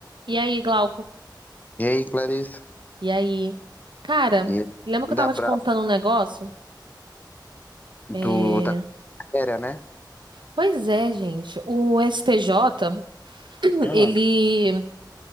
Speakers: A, on the right; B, on the left.
A: E aí, Glauco?
B: E aí, Clarissa?
A: E aí? Cara,
B: E
A: lembra que eu tava
B: da Braba,
A: te contando um negócio?
B: do,
A: É...
B: da companhia aérea, né?
A: Pois é, gente. O STJ,
B: Ah,
A: ele,